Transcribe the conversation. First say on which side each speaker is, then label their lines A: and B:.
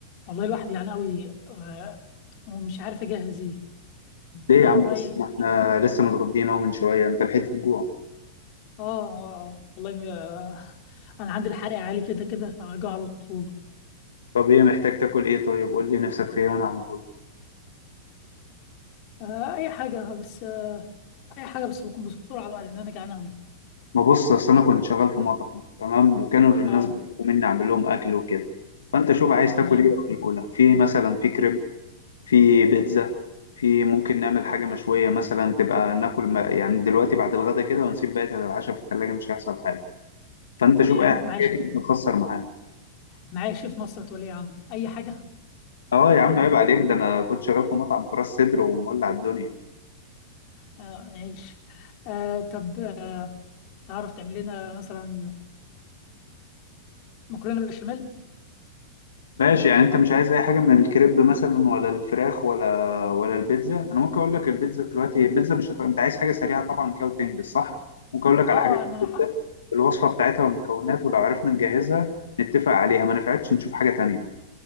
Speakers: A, on the left; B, on the left.
A: والله الواحد يعني قوي آه، ومش عارف اجهز ايه انت
B: ليه
A: رايك
B: يا عم بس ما احنا لسه متغدين اهو من شويه انت لحقت الجوع
A: اه آه، والله م- آه، انا عندي الحرق عالي كده كده فبجوع على طول
B: طب ايه محتاج تاكل ايه طيب قول لي نفسك في ايه وانا اعمله لك
A: آه، اي حاجه بس آه، اي حاجه بس بكون بسرعه بقى لان انا جعان قوي
B: ما بص اصل انا كنت شغال في مطعم تمام وكانوا الناس
A: اه
B: بيطلبوا مني اعمل لهم اكل وكده فانت شوف عايز تاكل
A: تمام
B: ايه اعمله لك في مثلا في كريب في بيتزا في ممكن نعمل حاجه مشويه مثلا تبقى ناكل ما يعني دلوقتي بعد الغدا كده ونسيب بقيتها للعشاء في الثلاجه مش هيحصل حاجه فانت شوف
A: إيه يا
B: اي
A: عم
B: حاجه
A: معايا ش-
B: كده تخسر معانا
A: معايا شيف نصرة ولي عم اي حاجه
B: اه يا عم عيب عليك ده انا كنت شغال في مطعم في راس سدر ومولع الدنيا
A: آه، ماشي آه، طب تعرف تعمل لنا مثلا مكرونه بشاميل
B: ماشي يعني انت مش عايز اي حاجه من الكريب مثلا ولا الفراخ ولا ولا البيتزا انا ممكن اقول لك البيتزا دلوقتي البيتزا مش هت... انت عايز حاجه سريعه طبعا كده وتنجز صح ممكن اقول لك
A: اه
B: على حاجات
A: ما انا
B: البيتزا
A: حق
B: الوصفه بتاعتها والمكونات ولو عرفنا نجهزها نتفق عليها ما نفعتش نشوف حاجه تانية